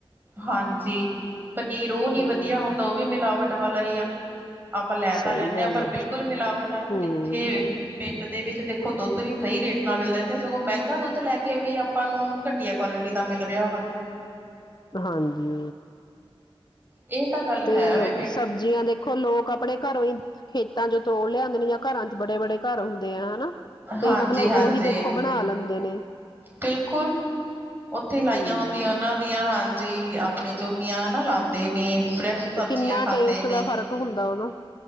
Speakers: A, on the right; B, on the left.
A: ਹਾਂਜੀ ਪਨੀਰ ਉਹ ਨਹੀ
B: ਹਮ
A: ਵਧੀਆ ਹੁੰਦਾ ਉਹ ਵੀ ਮਿਲਾਵਟ ਵੱਟ ਵਾਲਾ ਹੀ ਆ। ਆਪਾਂ ਲੈ
B: ਸਹੀ
A: ਤਾਂ ਲੈਂਣੇ
B: ਗੱਲ
A: ਹਾਂ ਪਰ
B: ਹੈ
A: ਬਿਲਕੁਲ ਮਿਲਾਵਟ ਆ
B: ਹਮ
A: ਕਿੱਥੇ ਪਿੰਡ ਦੇ ਵਿੱਚ ਦੇ ਖੁਦ ਦੁੱਧ ਵੀ ਸਹੀ ਰੇਟ ਨਾਲ ਮਿਲਦਾ ਇੱਥੇ ਸਗੋਂ ਮਹਿੰਗਾ ਦੁੱਧ ਲੈ ਕੇ ਵੀ ਆਪਾਂ ਨੂੰ ਘਟੀਆ ਕੁਆਲਿਟੀ ਦਾ ਮਿਲ ਰਿਹਾ ਵਾ।
B: ਹਾਂਜੀ।
A: ਇਹ ਤਾਂ ਗੱਲ
B: ਤੇ
A: ਹੈ ਵੇ।
B: ਸਬਜ਼ੀਆਂ ਦੇਖੋ ਲੋਕ ਆਪਣੇ ਘਰੋਂ ਹੀ ਖੇਤਾਂ ਚ ਤੋੜ ਲਿਆਦੇ ਨੇ ਜਾਂ ਘਰਾਂ ਚ ਬੜੇ ਬੜੇ ਘਰ ਹੁੰਦੇ ਆ ਹਨਾ ਤੇ
A: ਹਾਂਜੀ-ਹਾਂਜੀ
B: ਮਤਲਬ ਉਹੀ ਦੇਖੋ ਬਣਾ ਲੈਂਦੇ ਨੇ
A: ਬਿਲਕੁਲ ਉੱਥੇ ਲਾਈਆਂ
B: ਹਮ।
A: ਹੁੰਦੀਆਂ ਉਹਨਾਂ ਦੀਆਂ ਹਾਂਜੀ ਆਪਣੇ ਜੋਗੀਆਂ ਹਨਾ ਲਾਂਦੇ ਨੇ। ਫਰੈਸ਼ ਸਬਜ਼ੀਆਂ।
B: ਤੇ ਕਿੰਨਾ
A: ਖਾਂਦੇ
B: ਟੇਸਟ
A: ਨੇ
B: ਦਾ ਫ਼ਰਕ ਹੁੰਦਾ ਉਹਦਾ,